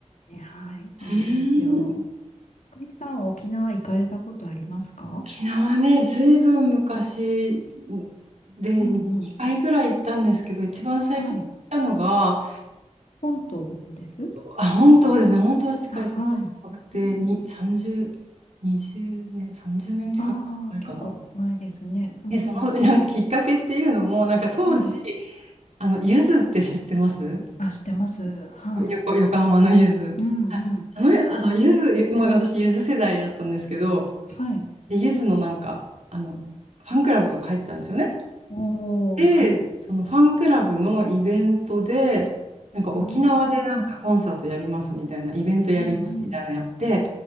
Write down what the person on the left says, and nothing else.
ですね。はい。そうなんですよ。
久美さんは沖縄行かれたことありますか
うんうん。
はい。本島の方です。
あ、はい。うん。
ああ、結構前ですね。うん。
はい。
あ、知ってます。はい。
うんうん。
はい。
おー、
はい。
うーん。
うんうん。